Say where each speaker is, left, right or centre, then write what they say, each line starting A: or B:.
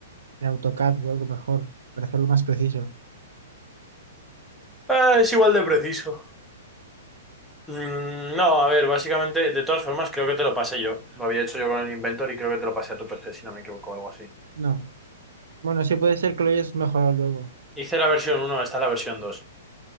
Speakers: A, on the right; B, in the centre.
A: en AutoCAD o algo mejor para hacerlo más preciso.
B: eh, es igual de preciso. Mm, no, a ver, básicamente, de todas formas, creo que te lo pasé yo. Lo había hecho yo con el Inventor y creo que te lo pasé a tu PC, si no me equivoco, o algo así.
A: No. Bueno, sí puede ser que lo hayas mejorado luego.
B: Hice la versión uno esta es la versión dos